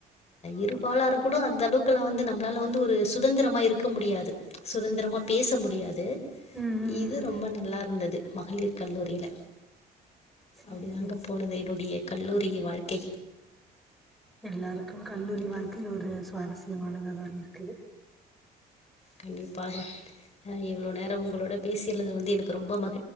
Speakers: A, on the left; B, in the centre.
A: இருபாலாறு கூட அந்த அளவுக்கெலாம் வந்து நம்மளால வந்து ஒரு சுதந்திரமாக இருக்க முடியாது சுதந்திரமா பேச முடியாது
B: ம் ம்
A: இது
B: ம்
A: ரொம்ப
B: ம்
A: நல்லா இருந்தது மகளிர் கல்லூரியில
B: செரி
A: அப்டி தாங்க
B: செரி
A: போனது
B: செரி செரி
A: என்னுடைய கல்லூரியின் வாழ்க்கை
B: எல்லாருக்கு கல்லூரியின்
A: கண்டிப்பா
B: வாழ்க்கை ஒரு சுவாரஸ்யமானதுதான் இருக்கு
A: கண்டிப்பாக இவ்வளவு நேரோம் உங்களோட பேசியது வந்து எனக்கு ரொம்ப மகிழ்